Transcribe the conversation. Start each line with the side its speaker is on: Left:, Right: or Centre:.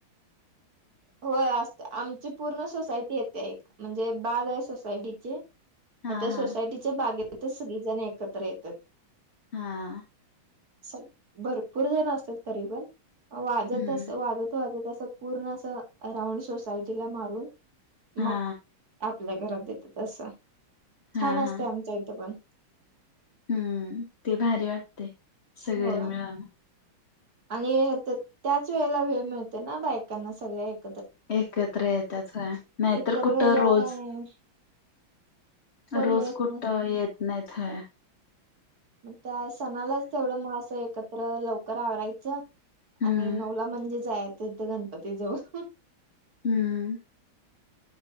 Right: होय असते आमची पूर्ण सोसायटी येते एक म्हणजे बाग आहे सोसायटीचे
Left: हा
Right: मग त्या
Left: हा
Right: सोसायटीच्या बागेतच सगळी जणे एकत्र येतात.
Left: हां.
Right: स भरपूर जण असतात तरी पण वाजतस
Left: हम्म
Right: वाजत वाजत असं पूर्ण असं राऊंड सोसायटीला मारून
Left: हा
Right: मग आपल्या घरात देतात असं
Left: हा
Right: छान असते
Left: हा
Right: आमच्या इथं पण.
Left: हम्म ते भारी वाटते सगळे
Right: हो
Left: मिळून
Right: आणि तेत त्याच वेळेला वेळ मिळते ना बायकांना सगळ्या एक
Left: एकत्र येत्यात होय नाहीतर
Right: इतर
Left: कुठं
Right: वेळेला
Left: रोज.
Right: काय कोण
Left: रोज
Right: येत
Left: कुठ
Right: नसत
Left: येत नाहीत होय.
Right: मग त्या सणालाच तेवढं म असं एकत्र लवकर आवरायचं
Left: हम्म
Right: आणि नऊला म्हणजे जाय तिथे गणपती जवळ.
Left: हम्म.